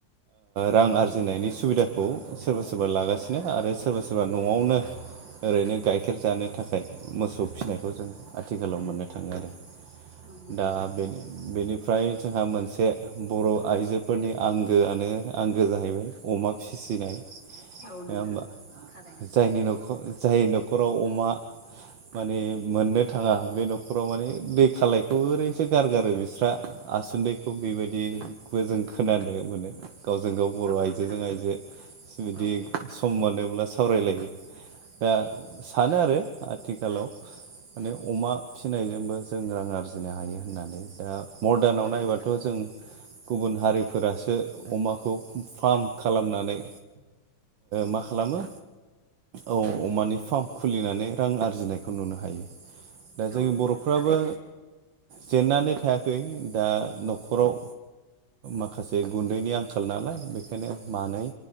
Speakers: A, on the right (about 75°); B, on the right (about 35°).
A: रां आरजिनायनि सुबिदाखौ सोरबा सोरबा लागासिनो आरो सोरबा सोरबा न'आवनो ओरैनो गाइखेर जानो थाखाय मोसौ फिसिनायखौ जों आथिखालाव मोननो थाङो आरो
B: नोंथां औ नोंथां
A: दा बे बेनिफ्राय जोंहा मोनसे बर' आइजोफोरनि आंगोआनो आंगो जाहैबाय अमा फिसिनाय।
B: औ नोंथां
A: नङा होमबा
B: थारैनो।
A: जायनि न'खर जाय न'खराव अमा माने मोननो थाङा बे न'खराव माने दै खालायखौ ओरैनोसो गारगारो बिस्रा आसुन्दैखौ बेबायदिखौ जों खोनानो मोनो। गावजों गाव बर'
B: औ
A: आइजोजों
B: नोंथां
A: आइजो बिदि
B: औ
A: सम मोनोब्ला सावरायलायो। दा सानो आरो आथिखालाव माने अमा फिसिनायजोंबो जों रां आरजिनो हायो होननानै दा मरदानाव
B: औ
A: नायबाथ'
B: नोंथां
A: जों गुबुन हारिफोरासो अमाखौ फार्म खालामनानै
B: <inaudible>
A: मा खालामो औ अमानि फार्म खुलिनानै रां आरजिनायखौ नुनो हायो। दा
B: औ
A: जोंनि
B: नोंथां
A: बर'फ्राबो
B: थारैनो
A: जेननानै थायाखै दा न'खराव माखासे गुन्दैनि आंखाल नालाय बेखायनो मानै